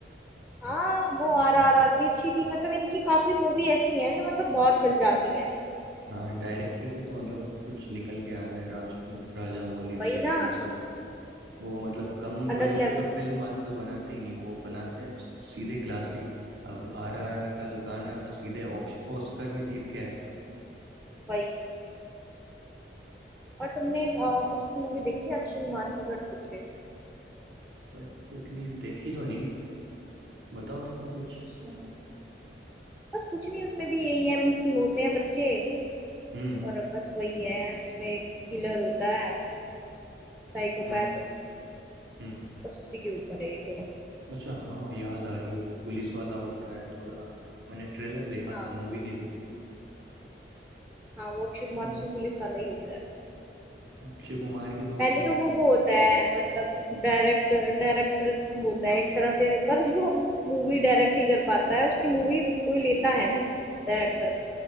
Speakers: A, in the centre; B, on the right.
A: हाँ वो आर आर आर भी अच्छी थी मतलब इनकी काफी मूवी ऐसी हैं जो मतलब बहुत चल जाती हैं
B: हाँ डायरेक्टर भी तो मतलब कुछ निकल के आ रहे हैं राज राजा मौली वगैरह
A: वही ना
B: ये सब वो मतलब कम
A: अलग
B: बजट
A: लेवल
B: की तो
A: की
B: फिल्म आजकल बनाते ही नहीं वो बनाते हैं सीधे क्लासिक अब आर आर आर का जो गाना था सीधे ऑक्स- ऑस्कर में जीत के आया है
A: वही और तुमने अ, उसकी मूवी देखी है, अक्षय कुमार की कठपुतली
B: बट उतनी देखी तो नहीं बताओ थोड़ा कुछ
A: हम्म, बस कुछ नहीं उसमें भी यही है मिसिंग होते हैं बच्चे
B: हम्म
A: और अब बस वही है उसमें एक किलर होता है साइकोपैथ
B: हम्म हम्म
A: बस उसी के ऊपर है ये थोड़ा
B: अच्छा हाँ याद आ रही है वो पुलिस वाला होता है थोड़ा मैंने ट्रेलर देखा
A: हाँ
B: था मूवी नहीं देखी
A: हाँ वो अक्षय कुमार
B: तो
A: उसमें पुलिस वाला ही होता है
B: अक्षय कुमार की तो
A: पहले
B: मतलब
A: तो वो वो होता है मतलब डायरेक्टर डायरेक्टर होता है एक तरह से पर वो मूवी डायरेक्ट ही कर पाता है उसकी मूवी कोई लेता है नहीं डायरेक्टर